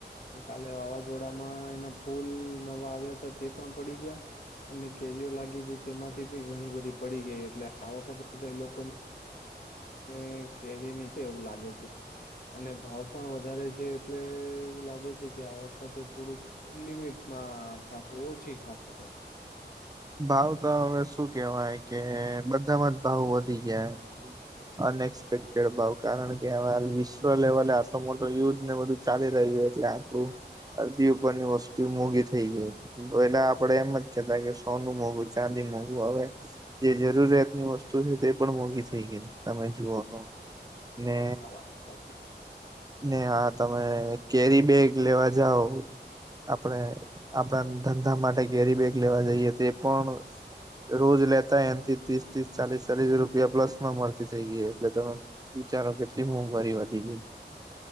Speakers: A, on the left; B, on the right.
A: પણ કાલે વાવાઝોડામાં એના ફૂલ નવા આવ્યા હતા તે પણ પડી ગયા અને કેરીઓ લાગી હતી તેમાંથી બી ઘણી બધી પડી ગઈ એટલે આ વખતે એ લોકોને. અને કેરીની છે એવું લાગે છે. અને ભાવ પણ વધારે છે એટલે એવું લાગે છે કે, આ વખતે થોડુંક લિમિટમાં ખાાસું ઓછી ખાસું.
B: ભાવ તો હવે શું કેવાય કે? બધામાં જ ભાવ વધી ગયા અનએક્સપેક્ટેડ ભાવ કારણ કે, આ વિશ્વ લેવલે આટલો મોટો યુદ્ધ ને બધું ચાલી રહ્યું, એટલે આપણું અરધી ઉપરની વસ્તુ મોંઘી થઈ ગઈ પેલા આપડે એમ જ કેતા કે. સોનુ મોંઘું, ચાંદી મોંઘું હવે જે જરૂરિયાતની વસ્તુ છે તે પણ, મોંઘી થઈ ગઈ તમે જુઓ તો. ને
A: ના ના વાત સાચી છે.
B: ને હા તમે કેરી બેગ લેવા જાઓ, આપણે આપણા ધંધા માટે કેરી બેગ લેવા જઈએ તો પણ, રોજ લેતા એનાથી ત્રીસ ત્રીસ ચાલીસ ચાલીસ રૂપિયા પ્લસ માં મળતી થઇ ગઈવ એટલે તમે વિચારો, કેટલી મોંઘવારી વધી ગઈ.